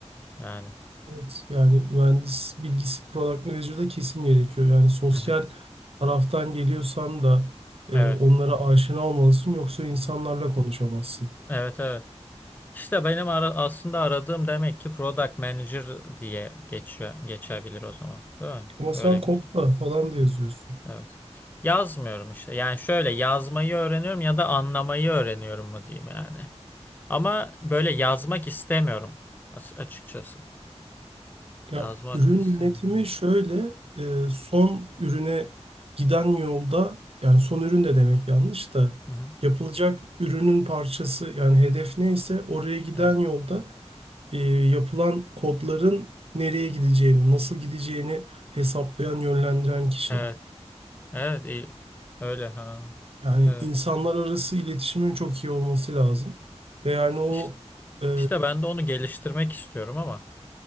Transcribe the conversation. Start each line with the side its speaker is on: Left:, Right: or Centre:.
Left: Yani.
Right: Evet yani mühendis bilgisi product manager'da kesin gerekiyor. Yani sosyal
Left: Hı hı.
Right: taraftan geliyorsan da e,
Left: Evet.
Right: onlara aşina olmalısın yoksa insanlarla
Left: Hı hı.
Right: konuşamazsın.
Left: Evet, evet. İşte benim ara- aslında aradığım demek ki product manager diye geçiyor, geçebilir o zaman. Değil mi?
Right: Ama sen
Left: Öyle
Right: kopla
Left: bir
Right: falan da yazıyorsun.
Left: Evet. Yazmıyorum işte. Yani şöyle yazmayı öğreniyorum ya da anlamayı öğreniyorum mu diyeyim yani. Ama böyle yazmak istemiyorum as- açıkçası.
Right: Ya
Left: Yazmak
Right: ürün
Left: da istemiyorum.
Right: yönetimi şöyle e, son ürüne giden yolda yani son ürün de demek yanlış da
Left: Evet. Hı hı.
Right: yapılacak ürünün parçası yani hedef neyse oraya giden
Left: Evet.
Right: yolda e, yapılan kodların nereye gideceğini, nasıl gideceğini hesaplayan, yönlendiren kişi.
Left: Evet. Evet, iyi. Öyle ha.
Right: Yani
Left: Evet.
Right: insanlar arası iletişimin çok iyi olması lazım. Ve yani o
Left: İşte,
Right: e,
Left: işte ben de onu geliştirmek istiyorum ama.